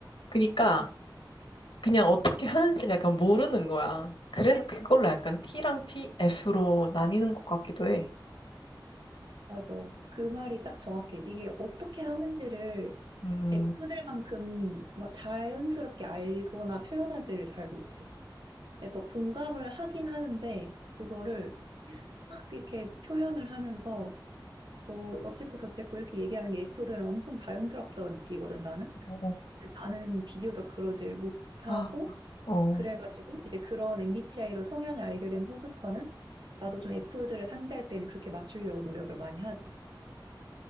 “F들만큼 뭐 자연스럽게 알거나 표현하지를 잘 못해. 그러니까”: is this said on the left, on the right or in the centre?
Right